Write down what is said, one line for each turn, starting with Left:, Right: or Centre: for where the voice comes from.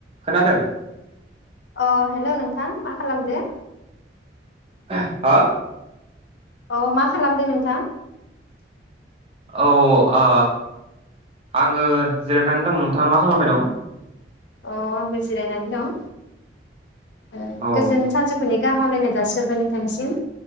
Right: खोनादों
Left: अ हेलौ नोंथां मा खालामदो?
Right: हा
Left: अ मा खालामदों नोंथां?
Right: औ ओ आङो जिरनानै दं। नोंथाङा मा खालामबाय दं?
Left: औ आंबो जिरायनानै दं। ओ
Right: औ
Left: गोजोन सानजो फुंनि गाहाम हामलायनाय जासि हरबाय नोंथांनिसिम।